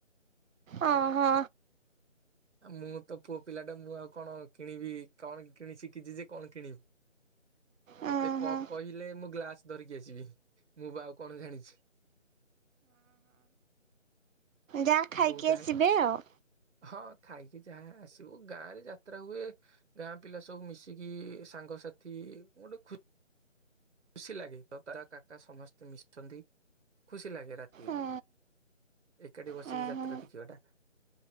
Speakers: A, on the right; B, on the right.
A: ଓହୋ
B: ଆଉ ମୁଁ ତ ପୁଅ ପିଲା ଟା ମୁଁ ଆଉ କଣ କିଣିବି କଣ କିଣି ଶିଖିଛି ଯେ କଣ କିଣିବି
A: ଉଁ
B: ମତେ କପ
A: ହୁଁ
B: କହିଲେ ମୁଁ ଗ୍ଲାସ ଧରିକି ଆସିବି ମୁଁ ବା ଆଉ କଣ ଜାଣିଛି?
A: ଯାହା ଖାଇକି
B: ବୋଉ ଯାହା
A: ଆସିବେ ଆଉ।
B: ହଁ ଖାଇକି ଯାହା ଆସିବୁ ଗାଁ ରେ ଯାତ୍ରା ହୁଏ ଗାଁ ପିଲା ସବୁ ମିଶିକି ସାଙ୍ଗସାଥି ଗୋଟେ ଖୁସି ଖୁସି ଲାଗେ ତ ତାରା କାକା ସମସ୍ତେ ମିଶନ୍ତି ଖୁସି ଲାଗେ ରାତିରେ
A: ଉଁ
B: ଏକାଠି ବସିକି
A: ହୁଁ
B: ଯାତ୍ରା ଦେଖିବା ଟା